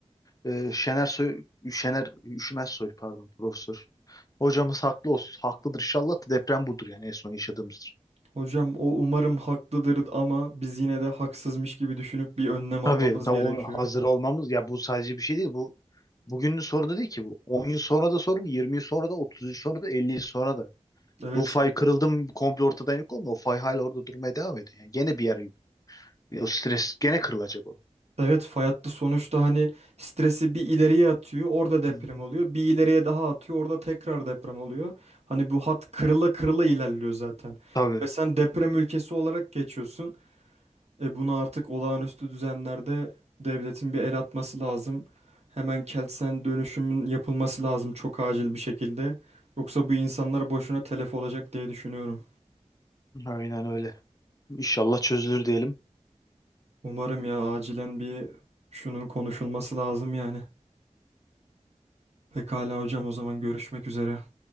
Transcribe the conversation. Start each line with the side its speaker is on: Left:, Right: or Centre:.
Left: E, Şener Soy, Şener Üşümez Soy pardon profesör. Hocamız haklı olsun. Haklıdır inşallah da deprem budur yani en son yaşadığımızdır.
Right: Hocam o umarım haklıdır ama biz yine de haksızmış gibi düşünüp bir önlem almamız
Left: Tabii, ta
Right: gerekiyor.
Left: o hazır olmamız ya bu sadece bir şey değil bu Bugünün sorunu değil ki bu. 10 yıl sonra da sorun, 20 yıl sonra da, 30 yıl sonra da, 50 yıl sonra da.
Right: Evet,
Left: Bu fay kırıldı mı komple ortadan yok olmuyor. O fay hala orada durmaya devam ediyor. Yani gene bir yer, o stres gene kırılacak o.
Right: evet fay hattı sonuçta hani stresi bir ileriye atıyor, orada deprem
Left: Hı hı.
Right: oluyor. Bir ileriye daha atıyor, orada tekrar deprem oluyor. Hani bu hat kırıla kırıla ilerliyor zaten.
Left: Tabii.
Right: Ve sen deprem ülkesi olarak geçiyorsun. E bunu artık olağanüstü düzenlerde devletin bir el atması lazım. Hemen Kelsen dönüşümün yapılması lazım çok acil bir şekilde. Yoksa bu insanlar boşuna telef olacak diye düşünüyorum.
Left: Aynen öyle. İnşallah çözülür diyelim.
Right: Umarım ya acilen bir şunun konuşulması lazım yani. Pekala hocam o zaman görüşmek üzere.